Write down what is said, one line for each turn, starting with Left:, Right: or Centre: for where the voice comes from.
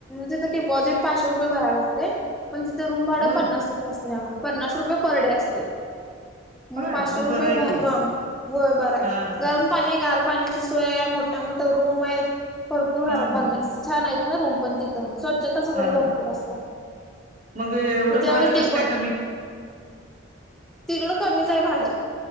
Centre: तिथं डिपॉझिट पाचशे रुपये भराय लागते पण तिथं रूम भाडं
Right: होय
Centre: पन्नास रुपये हा पन्नास रुपये पर डे असते मग
Right: होय
Centre: पाचशे रुपये
Right: बरं आहे की
Centre: व बर आहे
Right: हा हा
Centre: रम पाणी गार पाणीची सोय आहे मोठ्या मोठ्या रूम आहेत भरपूर
Right: हा
Centre: बघण्यास
Right: हा
Centre: छान आहेत ना रूम पण तिथं स्वच्छता सगळे
Right: हा
Centre: भरपूर असतात
Right: मग एवढं
Centre: ज्यावेळेस
Right: भाडं
Centre: डिपॉझ
Right: कसं काय कमी
Centre: तिकडं कमीच हाय भाडं